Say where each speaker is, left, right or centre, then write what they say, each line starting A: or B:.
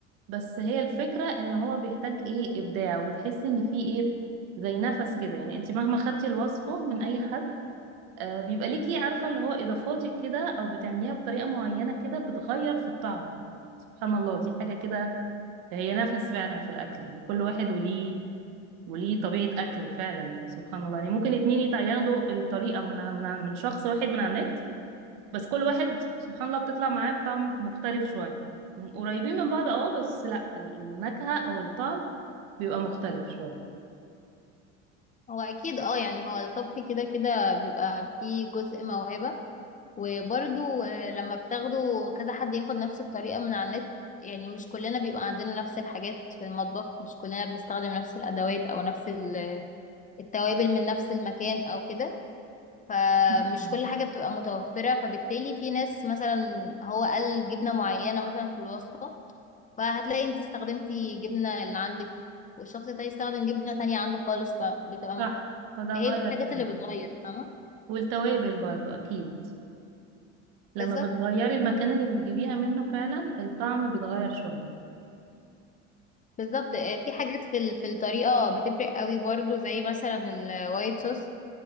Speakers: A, on the right; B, on the left.
A: بس هي الفكرة ان هو بيحتاج ايه ابداع وبتحسي ان فيه ايه زي نفس كده يعني انت مهما خدتي الوصفة من اي حد آه بيبقى ليكي عارفة اللي هو اضافاتك كده او بتعمليها بطريقة معينة كده بتغير في الطعم سبحان الله دي حاجة كده هي نفس فعلا في الاكل يعني كل واحد وليه وليه طبيعة أكله فعلا يعني سبحان الله يعني ممكن اتنين يتع- ياخدوا الطريقة من ع- من ع- من شخص واحد من على النت بس كل واحد سبحان الله بتطلع معاه بطعم مختلف شوية م- قريبين من بعض اه بس لا ال- النكهة أو الطعم بيبقى مختلف شوية
B: هو اكيد اه يعني هو الطبخ كده كده بيبقى فيه جزء موهبة وبرده لما بتاخده كذا حد ياخد نفس الطريقة من على النت يعني مش كلنا بيبقى عندنا نفس الحاجات في المطبخ مش كلنا بنستخدم نفس الادوات او نفس ال- التوابل من نفس المكان او كده فمش
A: مم.
B: كل حاجة بتبقى متوفرة فبالتالي في ناس مثلا هو قال جبنة معينة مثلا في الوصفة فهتلاقي انت استخدمتي جبنة اللي عندك والشخص ده يستخدم جبنة تانية عنده خالص فبتبقى
A: صح فده
B: هي
A: غير
B: دي الحاجات
A: شوية
B: اللي بتغير فاهمة
A: والتوابل برضو أكيد لما
B: بالظبط
A: بتغيري المكان اللي بتجيبيها منه فعلا الطعم بيتغير شوية
B: بالظبط آه، في حاجات في ال- في الطريقة بتفرق قوي برضو زي مثلا الوايت صوص